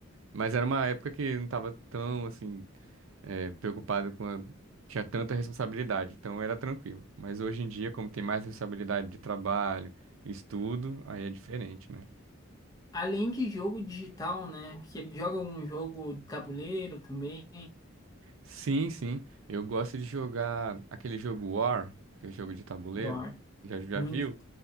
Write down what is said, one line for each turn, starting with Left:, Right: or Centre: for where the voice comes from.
Right: Mas era uma época que não tava tão, assim. é, preocupado com a... tinha tanta responsabilidade, então era tranquilo. Mas hoje em dia, como tem mais responsabilidade de trabalho, estudo, aí é diferente, né?
Left: Além de jogo digital, né? Você joga algum jogo de tabuleiro também?
Right: Sim, sim. Eu gosto de jogar aquele jogo War, que é jogo de tabuleiro.
Left: War.
Right: Já, já
Left: Muito.
Right: viu?